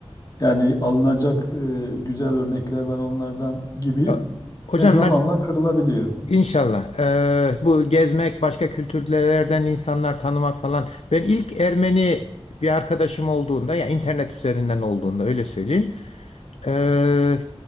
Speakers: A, on the left (about 35°); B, on the left (about 75°).
A: yani alınacak e, güzel örnekler var onlardan gibi.
B: Ya, Hocam
A: Ya zamanla kırılabiliyor.
B: İnşallah. Eee, bu gezmek, başka kültürlerden insanlar tanımak falan. Ben ilk Ermeni bir arkadaşım olduğunda ya internet üzerinden olduğunda öyle söyleyeyim. eee,